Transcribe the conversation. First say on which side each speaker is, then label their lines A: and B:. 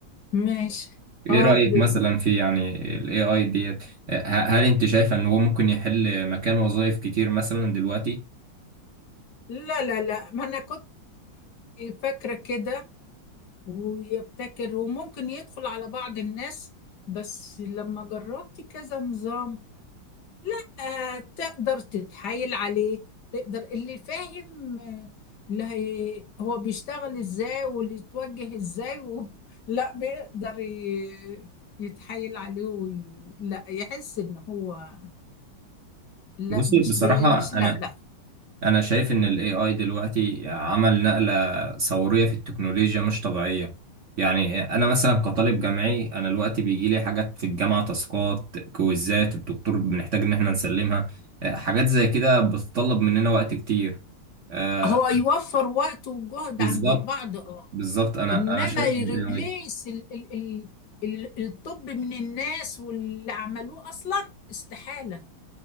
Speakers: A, on the left; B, on the right.
A: ماشي
B: ايه
A: اه
B: رايك
A: د-
B: مثلا في يعني الاي اي ديت ه- هل انت شايفه ان هو ممكن يحل مكان وظائف كتير مثلا دلوقتي
A: لا لا لا ما انا كنت فاكرة كده ويبتكر وممكن يدخل على بعض الناس بس لما جربت كذا نظام لا آه، تقدر تتحايل عليه تقدر اللي فاهم آه، اللي هي هو بيشتغل ازاي واللي يتوجه ازاي و... <laughs> لا بيقدر ي... يتحايل عليه وي... لا يحس ان هو لا
B: بصي
A: مش
B: بصراحة
A: بي... مش
B: أنا
A: لا لا
B: انا شايف ان الاي اي دلوقتي عمل نقلة ثورية في التكنولوجيا مش طبيعية يعني انا مثلا كطالب جامعي انا دلوقتي بيجي لي حاجات في الجامعة تاسكات كويزات الدكتور بنحتاج ان احنا نسلمها آه، حاجات زي كده بتطلب مننا وقت كتير آه،
A: هو يوفر وقت وجهد
B: بالظبط
A: عند البعض اه
B: بالظبط انا
A: انما
B: انا شايف
A: يريبليس
B: ان الاي اي
A: ال ال ال ال- الطب من الناس واللي عملوه اصلا استحالة